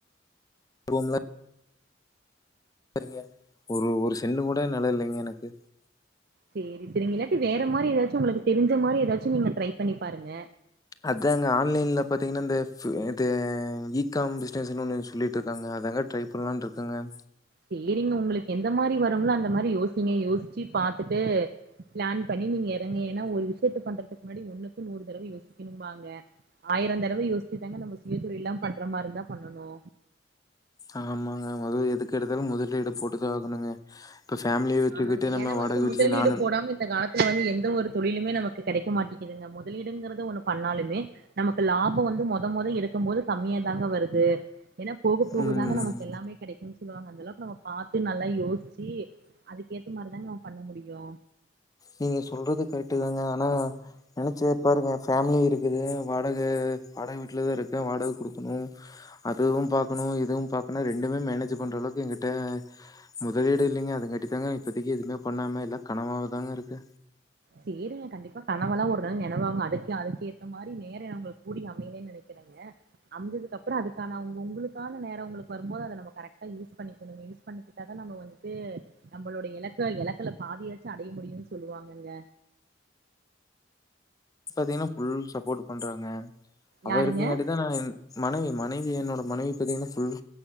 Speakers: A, on the left; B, on the right.
A: ரூம்ல செரிங்க ஒரு ஒரு செண்டு கூட நெல இல்லங்க எனக்கு
B: சேரி செரிங்க இல்லாட்டி வேற மாரி எதாச்சு உங்ளுக்கு தெருஞ்ச மாரி எதாச்சு நீங்க ட்ரை பண்ணி பாருங்க
A: அதாங்க ஆன்லைன்ல பாத்தீங்கனா இந்த இது இ காம் பிஸ்னஸ்ஸுனு ஒன்னு சொல்லிட்ருக்காங்க அதாங்க ட்ரை பண்லான்ருக்கங்க
B: சேரிங்க உங்களுக்கு எந்த மாரி வருங்ளோ அந்த மாரி யோசிங்க யோசிச்சு பாத்துட்டு பிளான் பண்ணி நீங்க எறங்க ஏன்னா ஒரு விஷ்யத்த பண்றதுக்கு முன்னாடி ஒன்னுக்கு நூறு தடவ யோசிக்கணும்பாங்க ஆயிர தடவ யோசிச்சு தாங்க நம்ம சுயதொழில்லா பண்ற மாரிந்தா பண்ணணு
A: ஆமாங்க மொத எதுக்கெடுத்தாலு முதலீடு போட்டு தா ஆகணுங்க இப்ப ஃபேமிலிய வச்சுக்கிட்டு
B: ஆமாங்க
A: நம்ம
B: ஏனா வந்துட்டு
A: வாடகை வீட்லயே
B: முதலீடு
A: நானும்
B: போடாம இந்த காலத்துல வந்து எந்த ஒரு தொழிலுமே நமக்கு கெடைக்க மாட்டிக்குதுங்க மொதலீடுங்குறது ஒன்னு பண்ணாலுமே நமக்கு லாப வந்து மொத மொத எடுக்கும்போது கம்மியாதாங்க வருது ஏனா போக போகதாங்க
A: ம்.
B: நமக்கு எல்லாமே கெடைக்குன் சொல்லுவாங்க அந்தளவுக்கு நம்ம பாத்து நல்லா யோசுச்சி அதுக்கேத்த மாரிதாங்க பண்ண முடியு
A: நீங்க சொல்றது கரெட்டு தாங்க ஆனா நெனச்சே பாருங்க ஃபேமிலி இருக்குது வாடக வாடக வீட்லதா இருக்கே வாடக குடுக்கணு அதுவு பாக்கணு இதுவு பாக்கணு ரெண்டுமே மேனேஜ் பண்ற அளவுக்கு எங்கிட்ட முதலீடு இல்லைங்க அதுங்காட்டி தாங்க இப்பத்திக்கு எதுவுமே பண்ணாம எல்லா கனவாவதாங்க இரு க்கு
B: சேரிங்க கண்டிப்பா கனவெல்லா ஒரு நாள் நெனவாகு அதுக்கு அதுக்கேத்த மாரி நேர நம்மளுக் கூடி அமையலேன் நெனைக்குறங்க அமஞ்சதுக்கப்றோ அதுக்கான உங் உங்களுக்கான நேர உங்களுக்கு வரும் போது அத நம்ம கரெக்டா யூஸ் பண்ணிக்கணுங்க யூஸ் பண்ணிக்கிட்டாதா நம்ம வந்துட்டு நம்மளோட எலக்க எலக்குல பாதியாச்சு அடைய முடியுன் சொல்லுவாங்கங்க
A: பாத்தீங்கனா ஃபுல் சப்போட்டு பண்றாங்க அவ
B: யாருங்க
A: இருக்கங்காட்டிதா நா இன் மனைவி மனைவி என்னோட மனைவி பாத்திங்னா ஃபுல்